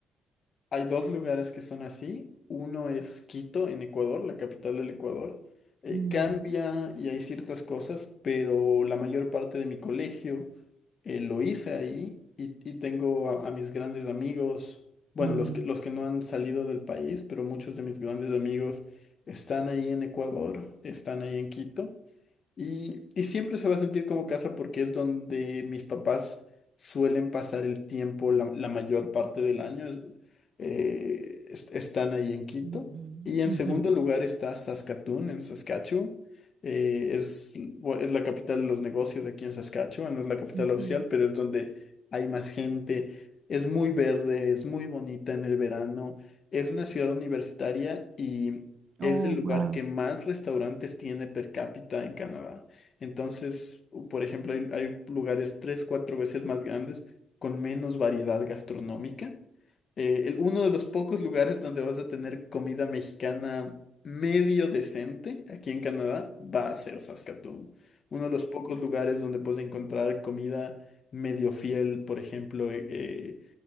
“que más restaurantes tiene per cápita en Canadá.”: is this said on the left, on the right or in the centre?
Left